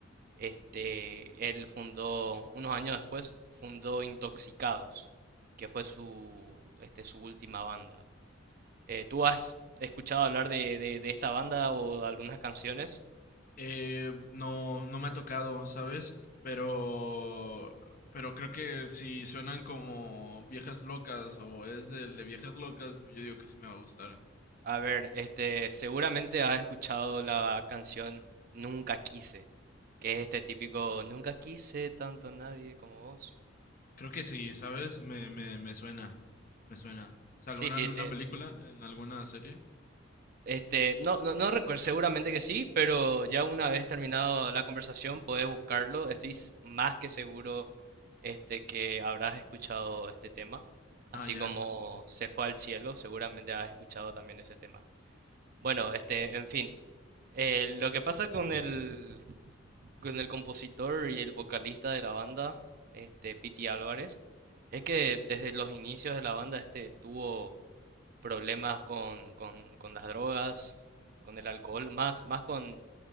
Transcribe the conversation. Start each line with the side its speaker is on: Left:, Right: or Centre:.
Right: este, él fundó, unos años después, fundó Intoxicados, que fue su, este, su última banda. Eh, ¿tú has escuchado hablar de, de, de esta banda o de algunas canciones?
Left: Eh, no, no me ha tocado, ¿sabes? Pero, pero creo que si suenan como viejas locas o es del de viejas locas, pues yo digo que sí me va a gustar.
Right: A ver, este, seguramente has escuchado la canción Nunca Quise, que es este típico Nunca quise tanto a nadie como vos.
Left: Creo que sí, ¿sabes? Me, me, me suena. Me suena. ¿Salvo
Right: Sí,
Left: en
Right: sí,
Left: alguna
Right: te,
Left: película? ¿En alguna serie?
Right: Este, no, no, no recuerdo, seguramente que sí, pero ya una vez terminado la conversación puedes buscarlo. Estoy s- más que seguro este, que habrás escuchado este tema. Así
Left: Ah, ya.
Right: como se fue al cielo, seguramente has escuchado también ese tema. Bueno, este, en fin. Eh, lo que pasa con el, con el compositor y el vocalista de la banda, este, Pity Álvarez, es que desde los inicios de la banda este tuvo problemas con, con, con las drogas, con el alcohol, más, más con,